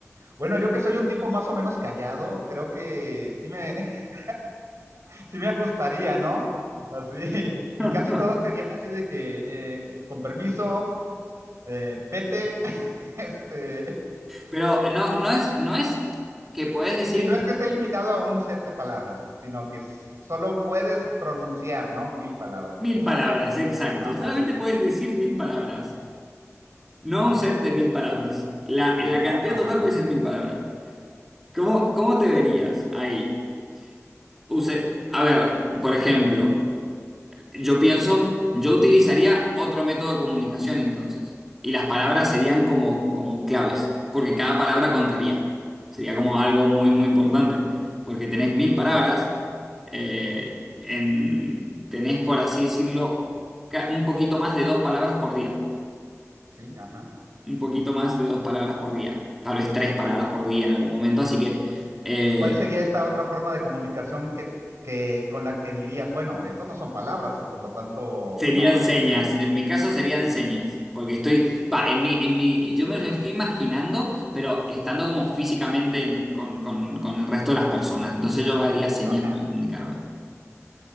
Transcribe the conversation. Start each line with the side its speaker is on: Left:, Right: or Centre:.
Right: Bueno, yo que soy un tipo más o menos callado, creo que sí me, <laughs> sí me ajustaría, ¿no? Así, <laughs> y
Centre: <laughs>
Right: casi todas serían así de que, eh, con permiso, eh, vete, <laughs> este,
Centre: Pero no, no es, no es que podés decir
Right: y no es que esté limitado a un set de palabras, sino que s- solo puedes pronunciar, ¿no? Mil palabras
Centre: mil
Right: en un
Centre: palabras,
Right: año.
Centre: exacto.
Right: Ajá,
Centre: Solamente podés decir mil palabras. No
Right: sí,
Centre: un set de mil palabras. La,
Right: sí,
Centre: la
Right: no,
Centre: cantidad
Right: ajá,
Centre: total puede ser mil palabras. ¿Cómo, cómo te verías ahí? Use- a ver, por ejemplo. Yo pienso, yo utilizaría otro método de comunicación entonces. Y las palabras serían como, como claves, porque cada palabra contaría. Sería
Right: ajá,
Centre: como algo muy, muy importante. Porque tenés mil palabras, eh, en- tenés, por así decirlo, ca- un poquito más de dos palabras por día.
Right: sí, ajá.
Centre: Un poquito más de dos palabras por día. Tal vez tres palabras por día en algún momento. Así que eh,
Right: ¿Cuál sería esta otra forma de comunicación que, que con la que dirías, bueno, esto no son palabras y por lo tanto
Centre: Serían
Right: no es,
Centre: señas,
Right: eh,
Centre: en mi caso serían señas, porque estoy, va, en mi, en mi, yo me lo estoy imaginando, pero estando como físicamente en- con, con- con el resto de las personas, entonces yo haría señas
Right: ajá.
Centre: para comunicarme.